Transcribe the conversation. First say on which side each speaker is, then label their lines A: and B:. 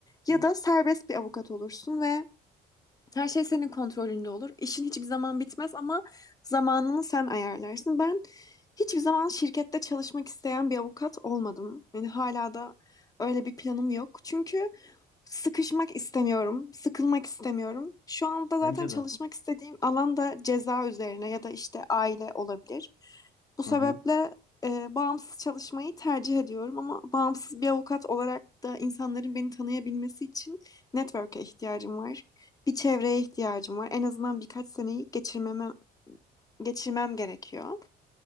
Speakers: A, on the left; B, on the left.
A: Ya da serbest bir avukat olursun ve her şey senin kontrolünde olur. İşin hiçbir zaman bitmez ama zamanını sen ayarlarsın. Ben hiçbir zaman şirkette çalışmak isteyen bir avukat olmadım. Yani hala da öyle bir planım yok. Çünkü sıkışmak istemiyorum, sıkılmak istemiyorum. Şu anda zaten
B: bence
A: çalışmak
B: de.
A: istediğim alan da ceza üzerine ya da işte aile olabilir. Bu sebeple
B: Hı hı.
A: e, bağımsız çalışmayı tercih ediyorum ama bağımsız bir avukat olarak da insanların beni tanıyabilmesi için network'e ihtiyacım var. Bir çevreye ihtiyacım var. En azından birkaç seneyi geçirmeme, geçirmem gerekiyor.